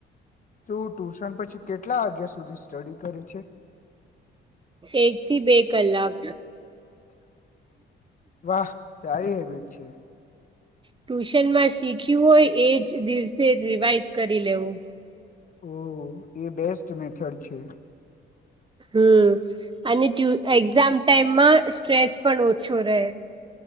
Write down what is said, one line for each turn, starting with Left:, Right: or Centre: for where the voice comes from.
Left: તું ટ્યુશન પછી કેટલા વાગ્યા સુધી સ્ટડી કરે છે.
Right: એક થી બે કલાક
Left: વાહ સારી હેબિટ છે.
Right: ટ્યુશનમાં શીખ્યું હોય એજ દિવસે રિવાઈઝ કરી લેવું
Left: ઓ એ બેસ્ટ મેથડ છે.
Right: હમ અને ટયુ એક્ઝામ ટાઈમમાં સ્ટ્રેસ પણ ઓછો રહે